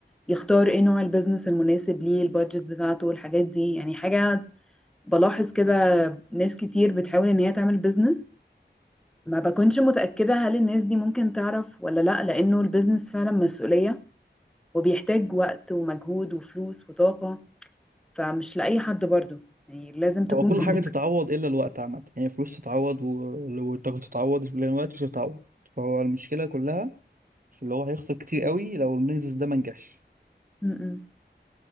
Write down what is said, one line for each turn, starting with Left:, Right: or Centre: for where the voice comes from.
Centre: يختار إيه نوع البيزنس المناسب ليه البادجت بتاعته والحاجات دي يعني حاجة بلاحظ كده ناس كتير بتحاول إن هي تعمل بيزنس ما بكونش متأكدة هل الناس دي ممكن تعرف ولا لأ لأنه البيزنس فعلا مسؤولية وبيحتاج وقت ومجهود وفلوس وطاقة فمش لأي حد برضو يعني لازم تكون
Right: او كل
Centre: مم.
Right: حاجه تتعوض الا الوقت عامه يعني فلوس تتعوض و- والطاقه تتعوض لان الوقت مش هيتعوض فهو المشكله كلها اللي هو هيخسر كتير قوي لو البيزنس ده ما نجحش
Centre: م-م.